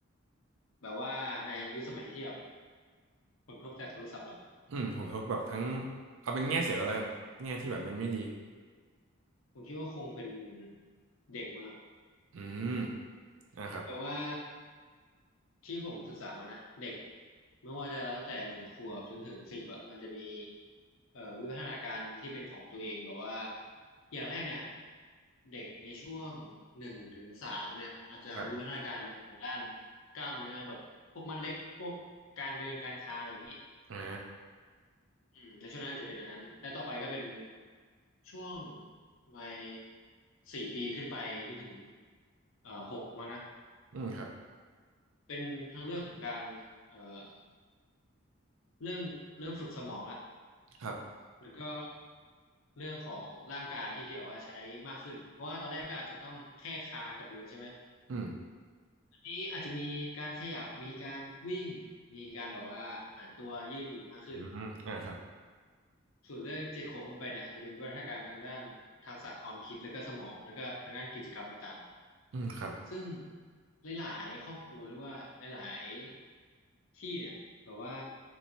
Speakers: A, on the left; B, on the right.
A: แบบว่าในยุคสมัยนี้ที่แบบผลกระทบจากโทรศัพท์เหรอ
B: อืมผลกระทบแบบทั้งเอาเป็นแง่เสียก็แล้วกันแง่ที่แบบมันไม่ดี
A: ผมคิดว่าคงเป็นเด็กมั้งครับ
B: อืมอ่ะครับ
A: แบบว่า ที่ผมศึกษามานะเด็กไม่ว่าจะตั้งแต่หนึ่งขวบจนถึงสิบอ่ะมันจะมีเอ่อวิวัฒนาการที่เป็นของตัวเองแบบว่าอย่างแรกเนี่ยเด็กในช่วงหนึ่งถึงสามเนี่ยอาจจะวิวัฒนาการเนี่ยของด้าน
B: ครับ
A: กล้ามเนื้อแบบพวกมัดเล็กพวกการเดินการคลานอะไรอย่างนี้
B: อ่า
A: อืมในช่วงนั้นจะเป็นอันนั้นและต่อไปก็เป็นช่วงวัยสี่ปีขึ้นไปจนถึงเอ่อหกมั้งนะ
B: อืมครับ
A: เป็นทั้งเรื่องของการเอ่อ เรื่องเริ่มฝึกสมองละ
B: ครับ
A: แล้วก็เรื่องของร่างกายที่แบบว่าใช้มากขึ้นเพราะว่าตอนแรกก็อาจจะต้องแค่คลานกับเดินใช่ไหม
B: อืม
A: อันนี้อาจจะมีการขยับมีการวิ่งมีการแบบว่าหันตัวยืดหยุ่นมากขึ้น
B: อืมอ่าครับ
A: ส่วนเรื่องเจ็ดขวบขึ้นไปเนี่ยอาจจะเป็นวิวัฒนาการทางด้านทักษะความคิดแล้วก็สมองแล้วก็ทางด้านกิจกรรมต่างๆ
B: อืมครับ
A: ซึ่งหลายๆครอบครัวหรือว่าหลายๆที่เนี่ยแบบว่า